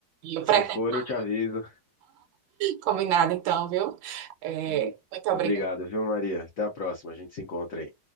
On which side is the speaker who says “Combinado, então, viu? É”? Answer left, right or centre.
Right